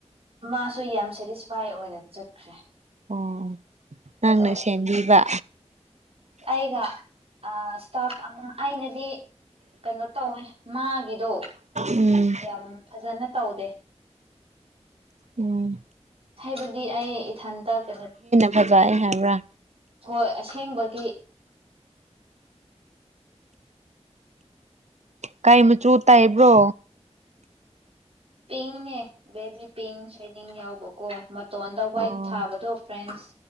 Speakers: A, on the right; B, on the right.
A: ꯃꯥꯁꯨ ꯌꯥꯝ ꯁꯦꯇꯤꯁꯐꯥꯏ ꯑꯣꯏꯅ ꯆꯠꯈ꯭ꯔꯦ
B: ꯑꯣ ꯅꯪꯅ
A: ꯖꯔꯦ
B: ꯁꯦꯝꯕꯤꯕ
A: ꯑꯩꯒ ꯏꯁꯇꯥꯐ ꯑꯃ ꯑꯩꯅꯗꯤ ꯀꯩꯅꯣ ꯇꯧꯋꯦ ꯃꯥꯒꯤ ꯑꯗꯣ
B: ꯎꯝ
A: ꯌꯥꯝ ꯐꯖꯅ ꯇꯥꯎꯗꯦ
B: ꯎꯝ
A: ꯍꯥꯏꯕꯗꯤ ꯑꯩ ꯏꯊꯟꯇꯗ
B: ꯐꯖꯑ ꯍꯥꯏꯕ꯭ꯔꯥ
A: ꯍꯣꯏ ꯑꯁꯦꯡꯕꯒꯤ
B: ꯀꯥꯏ ꯃꯆꯨ ꯇꯥꯏꯕ꯭ꯔꯣ
A: ꯄꯤꯅꯦꯕꯤ ꯄꯤ ꯍꯩꯅꯤꯡ ꯌꯥꯎꯕꯀꯣ ꯃꯇꯣꯟꯗ ꯋꯥꯏꯠ
B: ꯑꯣ
A: ꯊꯥꯕꯗꯣ ꯐ꯭ꯔꯦꯟꯁ